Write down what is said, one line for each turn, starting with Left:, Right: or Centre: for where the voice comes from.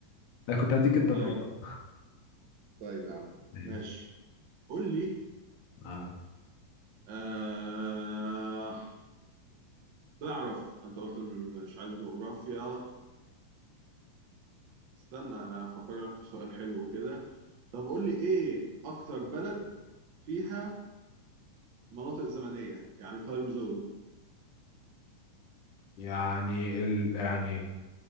Left: أنا كنت هديك أنت
Right: طيب
Left: النقطة
Right: طيب يا عم
Left: مم.
Right: ماشي قول لي
Left: آه.
Right: آه تعرف انت قلت م- مش عايز جغرافيا استنى افكر لك في سؤال حلو كده طب قول لي ايه اكتر بلد فيها مناطق زمنية يعني تايم زون
Left: يعني ال... يعني